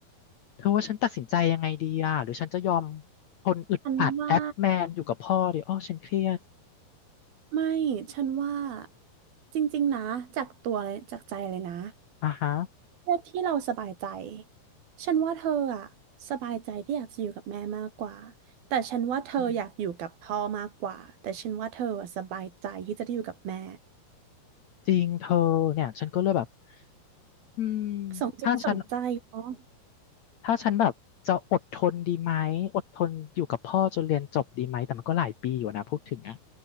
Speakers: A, on the left; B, on the right.
A: เธอว่าฉันตัดสินใจยังไงดีอ่ะหรือฉันจะยอมทนอึดอัดแอปแมนอยู่กับพ่อดีอ้อฉันเครียด
B: ฉันว่าไม่ฉันว่าจริงๆนะจากตัวเลยจากใจเลยนะ
A: อ่ะฮะ
B: เลือกที่เราสบายใจฉันว่าเธออะสบายใจที่อยากจะอยู่กับแม่มากกว่าแต่ฉันว่าเธออยากอยู่กับพ่อมากกว่าแต่ฉันว่าเธออะสบายใจที่จะได้อยู่กับแม่
A: อืมจริงเธอเนี่ยฉันก็เลยแบบอืม
B: สมจิตสมใจเนาะ
A: ถ้าฉันถ้าฉันแบบจะอดทนดีไหมอดทนอยู่กับพ่อจนเรียนจบดีไหมแต่มันก็หลายปีอยู่นะพูดถึงอะ